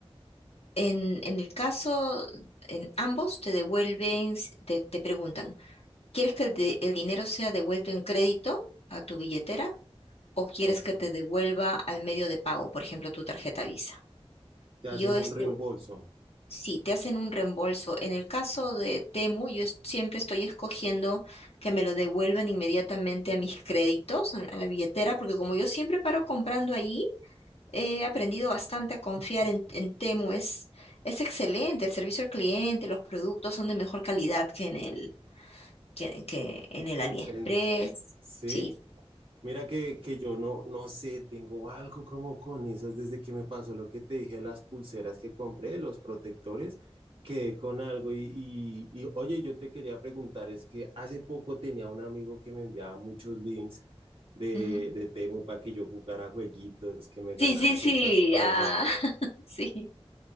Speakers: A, on the left (about 70°); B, on the right (about 60°).
A: en, en el caso, en ambos te devuelven, s- te, te preguntan, ¿quieres que el, de- el dinero sea devuelto en crédito a tu billetera o quieres
B: Ok.
A: que te devuelva al medio de pago, por ejemplo, tu tarjeta Visa?
B: Te
A: Yo
B: hacen
A: este,
B: un reembolso.
A: Sí, te hacen un reembolso. En el caso de Temu, yo es- siempre estoy escogiendo que me lo devuelvan inmediatamente a mis créditos, a, a la billetera, porque como yo siempre paro comprando allí, he aprendido bastante a confiar en, en Temu. Es, es excelente, el servicio al cliente, los productos son de mejor calidad que en el, que, que en el AliExpress.
B: En- ¿Sí?
A: Sí.
B: Mira que, que yo no, no sé, tengo algo como con esas desde que me pasó lo que te dije, las pulseras que compré, los protectores, quedé con algo y, y, y, oye, yo te quería preguntar, es que hace poco tenía un amigo que me enviaba muchos links de,
A: ujú.
B: de Temu para que yo jugara jueguitos, que me ganaba
A: Sí, sí,
B: ciertas
A: sí.
B: cosas.
A: Ah, <laughs> sí.